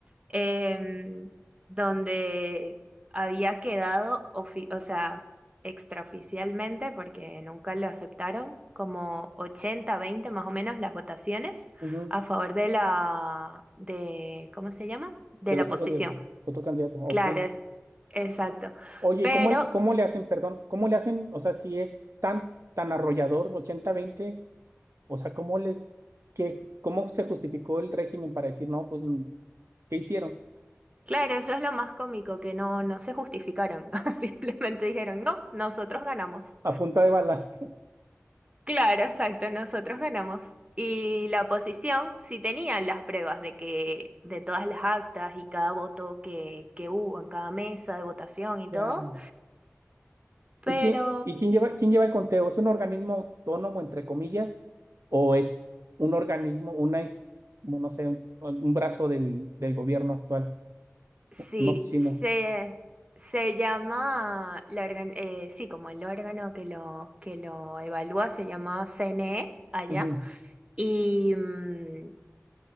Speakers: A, on the right (about 25°); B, on the right (about 70°).
A: em, donde había quedado, ofi- o sea, extraoficialmente, porque nunca lo aceptaron, como ochenta veinte más o menos las votaciones
B: Ujú.
A: a favor de la, de, ¿cómo se llama? De
B: Del
A: la
B: otro
A: oposición.
B: candidato. Otro candidato, ok.
A: Claro, es- exacto.
B: Oye,
A: Pero,
B: ¿y cómo, cómo le hacen, perdón, cómo le hacen, o sea, si es tan, tan arrollador, ochenta veinte O sea, ¿cómo le, qué, cómo se justificó el régimen para decir, no, pues, mm, ¿qué hicieron?
A: claro, eso es lo más cómico, que no, no se justificaron, <laughs> simplemente dijeron, no, nosotros ganamos.
B: A punta de bala. <laughs>
A: Claro, exacto, nosotros ganamos. Y la oposición sí tenía las pruebas de que de todas las actas y cada voto que, que hubo en cada mesa de votación y
B: Ya.
A: todo, pero
B: ¿Y quién, y quién lleva, quién lleva el conteo? ¿Es un organismo autónomo, entre comillas, o es un organismo, una, ins- no sé, un, un brazo del, del gobierno actual,
A: sí,
B: una oficina?
A: se, se llama, la organ- eh, sí, como el órgano que lo, que lo evalúa se llama CNE allá,
B: Ujú,
A: y, mm,